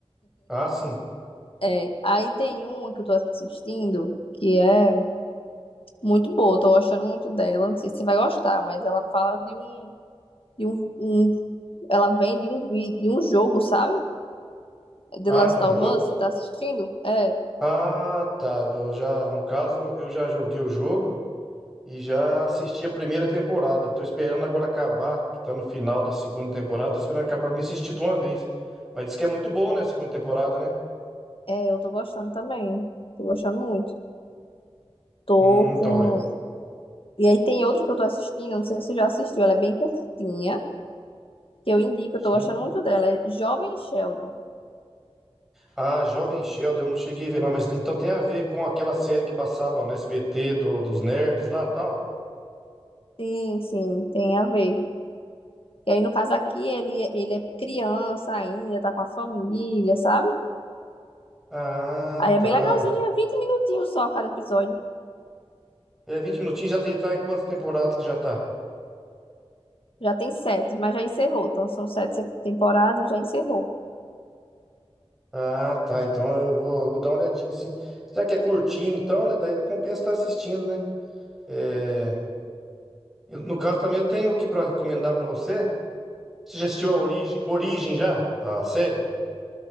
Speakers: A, in the centre; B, on the left.
A: Ah, sim.
B: É, aí tem uma que eu tô assistindo que é muito boa, tô gostando muito dela. Não sei se você vai gostar, mas ela fala de um, de um, um- ela vem de um, vi- de um jogo, sabe? É The
A: Ah,
B: Last
A: de um
B: of
A: jogo?
B: Us, você tá assistindo? É,
A: Ah, tá. Eu já, no caso, eu já joguei o jogo. E já assisti a primeira temporada. Tô esperando agora acabar, que tá no final da segunda temporada. Tô esperando acabar pra me assistir de uma vez. Mas diz que é muito boa, né, a segunda temporada, né?
B: é, eu tô gostando também. Tô gostando muito. Tô
A: Hum, então,
B: com.
A: eu-
B: E aí tem outra que eu tô assistindo, não sei se você já assistiu, ela é bem curtinha. que eu indico,
A: sim.
B: eu tô gostando muito dela. É Jovem Sheldon.
A: Ah, Jovem Sheldon, eu não cheguei a ver, não, mas então tem a ver com aquela série que passava no SBT do- dos nerds lá tal.
B: Sim, sim, tem a ver. E aí, no caso aqui, ele, é, ele é criança ainda, tá com a família, sabe?
A: Ah,
B: Aí é
A: tá.
B: bem legalzinho, é 20 minutinhos só cada episódio.
A: É 20 minutinhos já, e tá em quantas temporadas que já tá?
B: Já tem sete, mas já encerrou. Então, são sete se- temporadas e já encerrou.
A: Ah, tá. Então eu vou, vou dar uma olhadinha assim. Já que é curtinho, então, né? Daí compensa estar assistindo, né? É. E, No caso, também eu tenho aqui para recomendar para você. Você já assistiu a Origem? Origem já? A série?